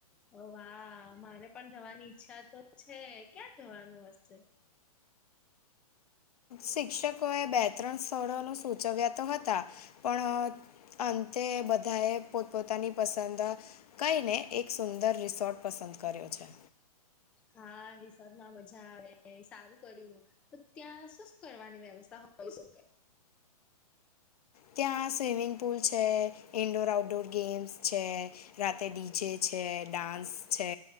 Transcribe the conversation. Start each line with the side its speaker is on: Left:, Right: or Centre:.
Centre: હ વાહ મારે પણ જવાની ઈચ્છા તો છે ક્યાં જવાનું હશે?
Left: શિક્ષકો એ બે ત્રણ સ્થળો નું સૂચવ્યા તો હતા. પણ અંતે બધાએ પોત-પોતાની પસંદ કઈને એક સુંદર રિસોર્ટ પસંદ કર્યો છે.
Centre: હા રિસોર્ટ માં મજા આવે સારું કર્યું. તો ત્યાં શું શું કરવાની વ્યવસ્થા હોય શકે?
Left: ત્યાં સ્વિમિંગ પુલ છે. ઈન્ડોર આઉટડોર ગેમ્સ છે. રાતે ડીજે છે ડાન્સ છે